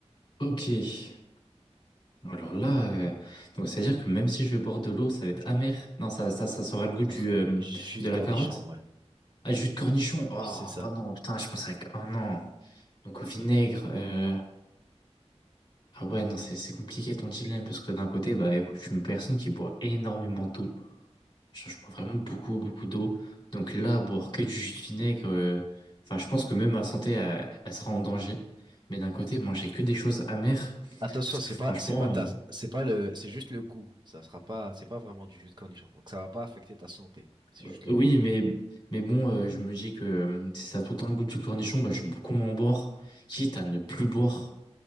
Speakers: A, on the left; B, on the right.
A: ok. Alors là, euh, donc c'est à dire que même si je vais boire de l'eau, ça va être amer. Non, ça, ça, ça sera le goût du
B: Alors,
A: euh,
B: jus
A: de
B: de
A: la
B: cornichon,
A: carotte.
B: ouais,
A: Ah, jus de cornichon. ah
B: c'est ça.
A: ah non, putain, je pensais que. Oh non. Donc au vinaigre. euh, Ah ouais, non, c'est c'est compliqué ton dilemme parce que d'un côté, bah écoute, je suis une personne qui boit énormément d'eau. Genre, je bois vraiment beaucoup, beaucoup d'eau. Donc là, boire que du jus de vinaigre, euh, enfin, je pense que même ma santé, elle, elle sera en danger. Mais d'un côté, manger que des choses amères,
B: Attention,
A: parce
B: c'est
A: que franchement,
B: pas, c'est pas ta,
A: euh,
B: c'est pas le, c'est juste le goût. Ça sera pas, c'est pas vraiment du jus de cornichon. Donc ça va pas affecter ta santé. C'est
A: euh,
B: juste
A: oui,
B: le goût.
A: mais, mais bon, euh, je me dis que euh, si ça a tout le temps le goût du cornichon, bah, je vais beaucoup moins boire, quitte à ne plus boire.